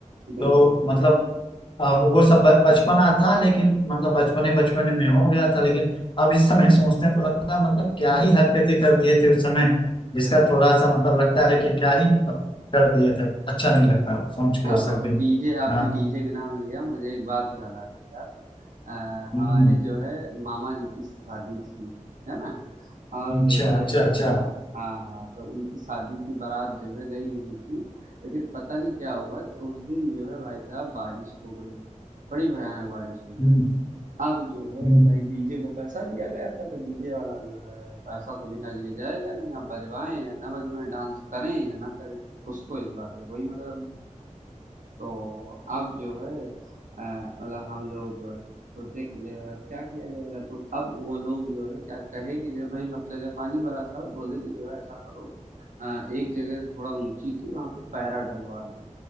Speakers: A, on the right (about 85°); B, on the left (about 40°).
A: बिल्कुल,
B: तो
A: बिल्कुल।
B: मतलब अब वो सब ब- बचपना था लेकिन मतलब बचपने बचपने में हो गया था लेकिन अब इस समय सोचते हैं तो लगता है मतलब क्या ही हरकतें कर दिए थे उस समय जिसका
A: बिल्कुल,
B: थोड़ा सा मतलब लगता है कि क्या ही मतलब कर दिए थे अच्छा नहीं
A: बिल्कुल।
B: लगता सोच के
A: हाँ,
B: वो सब भी
A: डीजे आपने
B: हाँ
A: डीजे का नाम लिया, मुझे एक बात याद आ गई यार। अ,
B: हम्म,
A: हमारे जो है मामा जी की शादी थी, है ना? और
B: अच्छा
A: जो है
B: अच्छा अच्छा
A: हाँ, हाँ, हाँ, तो उनकी शादी की बारात जो है गई हुई थी, लेकिन पता नहीं क्या हुआ कि उस दिन जो है भाई साहब बारिश हो गई, बड़ी भयानक बारिश हो गई।
B: हम्म
A: अब जो है
B: हम्म
A: भाई डीजे को पैसा दिया गया था तो डीजे वाला जो है पैसा तो बिना लिए जाएगा नहीं आप बजवाएं या ना बजवाएं डांस करें या ना करें उसको इस बात में कोई मतलब नहीं तो अब जो है अ, मतलब हम लोग सोचे कि जो है अब क्या किया जाएगा तो अब वो लोग जो है क्या कहे कि जो है भाई सबसे जगह पानी भरा था बोले कि जो है ऐसा करो अ, एक जगह थोड़ा ऊंची थी वहां पे पैरा डलवा दो